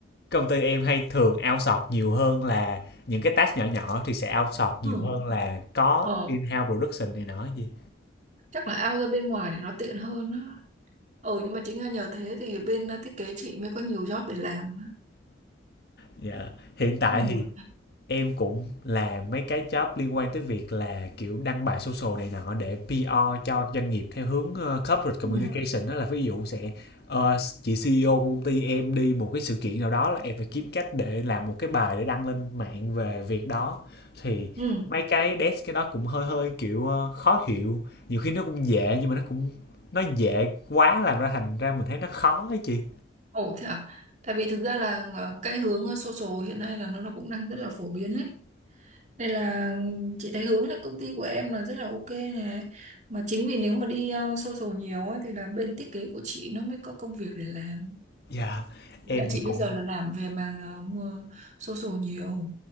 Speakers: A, on the left; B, on the right.
A: công ty em hay thường outsource nhiều hơn là những cái task nhỏ nhỏ thì sẽ outsource nhiều
B: ừ.
A: hơn là có
B: Ồ,
A: in-house production này nọ gì
B: chắc là out ra bên ngoài thì nó tiện hơn á. Ừ nhưng mà chính là nhờ thế thì bên à, thiết kế chị mới có nhiều job để làm
A: dạ hiện tại
B: đúng không
A: thì
B: ạ?
A: em cũng làm mấy cái job liên quan tới việc là kiểu đăng bài social này nọ để PR cho doanh nghiệp theo hướng ờ, corporate communication
B: ừ
A: đó là ví dụ sẽ ờ, chị CEO của công ty em đi một cái sự kiện nào đó là em phải kiếm cách để làm một cái bài để đăng lên mạng về việc đó thì
B: ừ
A: mấy cái desk cái đó cũng hơi hơi kiểu ờ, khó hiểu nhiều khi nó cũng dễ nhưng mà nó cũng nó dễ quá làm ra thành ra mình thấy nó khó ấy chị
B: ồ thế à tại vì thực ra là à, cái hướng à, social hiện nay là nó nó cũng đang rất là phổ biến ấy đây là ừ, chị thấy hướng là công ty của em là rất là ok này mà chính vì nếu mà đi à, social nhiều á thì là bên thiết kế của chị nó mới có công việc để làm
A: dạ
B: Thực
A: em
B: ra chị
A: thì cũng
B: bây giờ là làm về mảng à, mua social nhiều